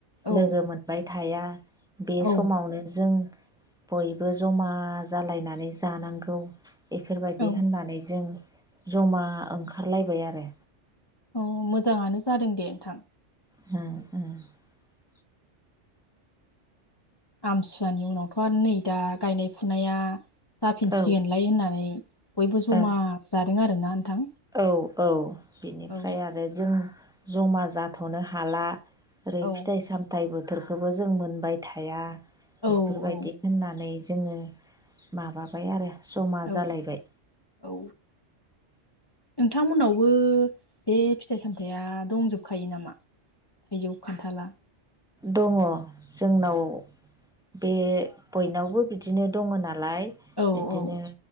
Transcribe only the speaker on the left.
औ
औ
औ
औ मोजाङानो जादों दे नोंथां
आमसुवानि उनावथ' आरो नै दा गायनाय फुनाया जाफिनसिगोनलाय
होननानै बयबो जमा
जादों आरोना नोंथां
औ
औ
औ
औ
औ
औ नोंथांमोनावबो बे फिथाइ सामथाइया दंजोबखायो नामा थाइजौ खान्थाला
औ
औ